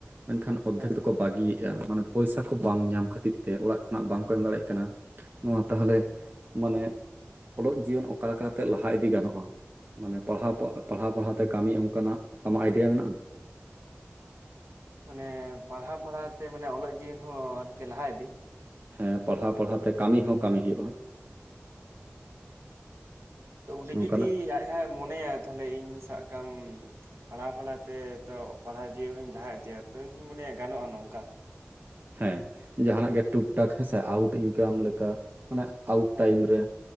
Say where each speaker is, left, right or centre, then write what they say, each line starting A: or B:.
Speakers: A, on the right (about 45°); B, on the right (about 75°).
A: ᱢᱮᱱᱠᱷᱟᱱ ᱚᱫᱽᱫᱷᱮᱠ
B: ᱦᱳᱭ
A: ᱫᱚᱠᱚ ᱵᱟᱹᱜᱤᱭᱮᱫᱟ᱾ ᱢᱟᱱᱮ ᱯᱚᱭᱥᱟ ᱠᱚ ᱵᱟᱝ ᱧᱟᱢ ᱠᱷᱟᱹᱛᱤᱨ ᱛᱮ ᱚᱲᱟᱜ ᱠᱷᱚᱱᱟᱜ ᱵᱟᱝ ᱠᱚ ᱮᱢ ᱫᱟᱲᱮᱭᱟᱜ ᱠᱟᱱᱟ᱾ ᱱᱚᱣᱟ ᱛᱟᱦᱚᱞᱮ ᱢᱟᱱᱮ ᱚᱞᱚᱜ ᱡᱤᱭᱚᱱ ᱚᱠᱟ ᱞᱮᱠᱟᱛᱮ ᱞᱟᱦᱟ ᱤᱫᱤ ᱜᱟᱱᱚᱜᱼᱟ? ᱢᱟᱱᱮ ᱯᱟᱲᱦᱟᱣ ᱯᱟᱲᱦᱟᱣ ᱯᱟᱲᱦᱟᱣ ᱛᱮ ᱠᱟᱹᱢᱤ ᱚᱱᱠᱟᱱᱟᱜ ᱟᱢᱟᱜ ᱟᱭᱰᱤᱭᱟ ᱢᱮᱱᱟᱜᱼᱟ?
B: ᱢᱟᱱᱮ ᱯᱟᱲᱦᱟᱣ ᱯᱟᱲᱦᱟᱣ ᱛᱮ ᱢᱟᱱᱮ ᱚᱞᱚᱜ ᱡᱤᱭᱚᱱ ᱦᱚᱸ ᱟᱨᱠᱤ ᱞᱟᱦᱟ ᱤᱫᱤ?
A: ᱦᱮᱸ ᱯᱟᱲᱦᱟᱣ ᱯᱟᱲᱦᱟᱣ ᱛᱮ ᱠᱟᱹᱢᱤ ᱦᱚᱸ ᱠᱟᱹᱢᱤ ᱦᱩᱭᱩᱜᱼᱟ᱾
B: ᱛᱚ ᱚᱸᱰᱮ
A: ᱱᱚᱝᱠᱟᱱᱟᱜ
B: ᱡᱩᱫᱤ ᱟᱡ ᱦᱟᱸᱜ ᱢᱚᱱᱮᱭᱟᱭ ᱛᱟᱦᱚᱞᱮ ᱤᱧ ᱥᱟᱵ ᱠᱟᱢ ᱯᱟᱲᱦᱟᱣ ᱯᱟᱲᱦᱟᱣ ᱛᱮ ᱛᱚ ᱯᱟᱲᱦᱟᱣ ᱡᱤᱭᱟᱹᱣ ᱦᱚᱧ ᱞᱟᱦᱟ ᱤᱫᱤᱭᱟ ᱛᱚ ᱤᱧᱫᱚᱧ ᱢᱚᱱᱮᱭᱟ ᱜᱟᱱᱚᱜᱼᱟ ᱱᱚᱝᱠᱟ᱾
A: ᱦᱮᱸ ᱡᱟᱦᱱᱟᱜ ᱜᱮ ᱴᱩᱠ ᱴᱟᱠ ᱦᱮᱸᱥᱮ ᱟᱣᱩᱴ ᱤᱱᱠᱟᱢ
B: ᱦᱩᱸ
A: ᱞᱮᱠᱟ᱾ ᱢᱟᱱᱮ ᱟᱣᱩᱴ
B: ᱦᱮᱸ
A: ᱴᱟᱭᱤᱢ
B: ᱦᱮᱸ
A: ᱨᱮ